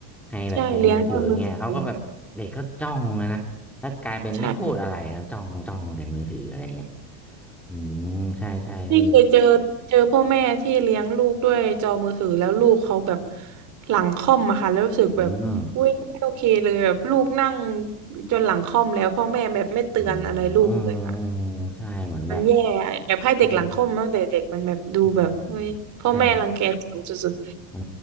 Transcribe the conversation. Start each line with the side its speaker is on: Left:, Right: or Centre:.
Centre: ให้แบบใช้มือถือเงี้ยเขาก็แบบเด็กก็จ้องเลยนะแล้วกลายเป็นไม่พูดอะไรแล้วจ้องจ้องแต่มือถืออะไรเงี้ย
Right: ใช่เลี้ยงด้วยมือถือใช่
Centre: อืมใช่ใช่เออ
Right: นี่เคยเจอเจอพ่อแม่ที่เลี้ยงลูกด้วยจอมือถือแล้วลูกเขาแบบหลังค่อมอะค่ะแล้วรู้สึกแบบอุ้ยไม่โอเคเลยแบบลูกนั่ง
Centre: อืม
Right: จนหลังค่อมแล้วพ่อแม่แบบไม่เตือนอะไรลูกเลยค่ะ
Centre: อ๋ออ๋อใช่เหมือนแบบ
Right: มันแย่แบบให้เด็กหลังค่อมตั้งแต่เด็กมันแบบดูแบบเว้ยพ่อแม่รังแกสันสุด
Centre: อืมอืมใช่อ๋อ